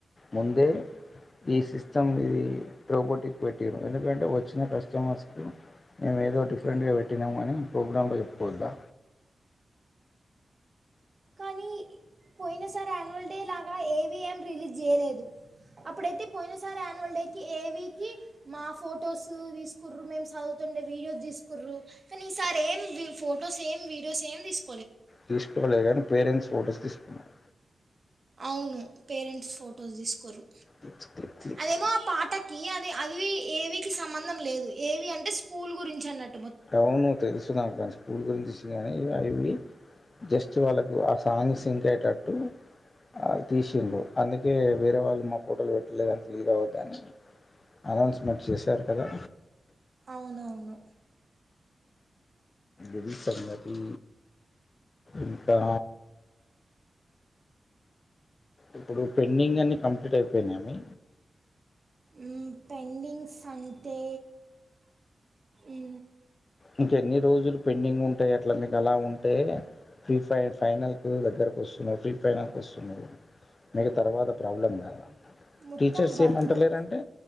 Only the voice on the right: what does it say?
కానీ పోయిన సారి యాన్యువల్ డే లాగా ఏవీ ఏం రిలీజ్ చేయలేదు అప్పుడైతే పోయిన సారి యాన్యువల్ డేకి ఏ వీ కి మా ఫోటోస్ తీసుకుర్రు మేం సదువుతుండే వీడియో తీసుకుర్రు కానీ ఈసారి ఏం ఫోటోస్ ఏం వీడియోస్ ఏం తీసు
అవును పేరెంట్స్ ఫొటోస్ తీసుకోరు
అదేమో ఆ పాటకి అది అది ఏవికి సంబంధం లేదు ఏవి అంటే స్కూల్ గురించి అన్నట్
అవునవును
ఉ పెండింగ్స్ అంటే ఉ
మొత్తం
వర్క్
బుక్